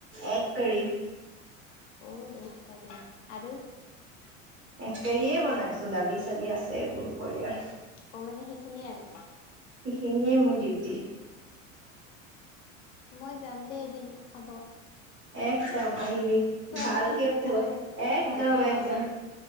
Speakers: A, on the right (about 30°); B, on the left (about 60°).
A: এক কৰি
B: অ এক কাৰি। আৰু
A: এক্ কেেয়ে বনাইছো দালি চালি আছো স বলপয়াৰ
B: অ মানে সেইখিনিয়ে আৰু
A: সেইখিনিয়ে মোৰ ডিউটি
B: মই যাম দেেই এদিন খাব
A: একদম আহিবি
B: খোৱাবি
A: ভালকে
B: তই
A: একদম
B: ভালকে বনাই।
A: একদম